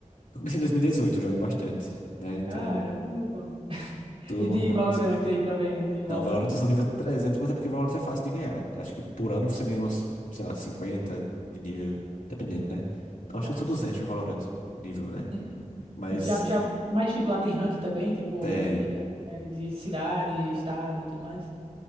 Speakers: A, on the left; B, on the right.
A: Eu comecei em 2018, eu jogo bastante, né? Então,
B: Caramba, pô.
A: tô
B: E de
A: no rumo.
B: Valorant aí também, de altão?
A: Não, Valorant eu sou nível 300, mas é porque Valorant é fácil de ganhar. Acho que por ano você ganha uns, sei lá, 50 de nível, dependendo, né?
B: Nossa.
A: Não, acho que eu sou 200 no Valorant, nível, né?
B: E
A: Mas
B: já, já, mas tipo, lá tem rank também, tipo,
A: tem.
B: e, é, de cidade, estado e tudo mais.